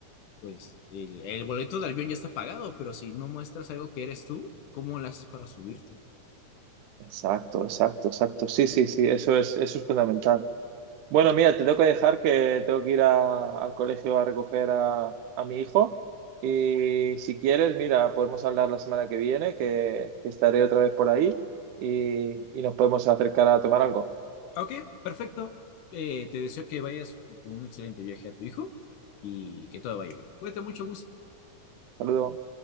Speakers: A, on the left; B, on the right.
A: pues el, el boleto de avión ya está pagado, pero si no muestras algo que eres tú, ¿cómo lo haces para subirte?
B: Exacto, exacto, exacto. Sí, sí, sí, eso es, eso es fundamental. Bueno, mira, te tengo que dejar que tengo que ir a- al colegio a recoger a, a mi hijo. Y si quieres, mira, podemos hablar la semana que viene, que, que estaré otra vez por ahí y, y nos podemos acercar a tomar algo.
A: Ok, perfecto. Eh, te deseo que vayas con un excelente viaje a tu hijo y que todo vaya bien. Cuídate mucho, Gus.
B: Saludos.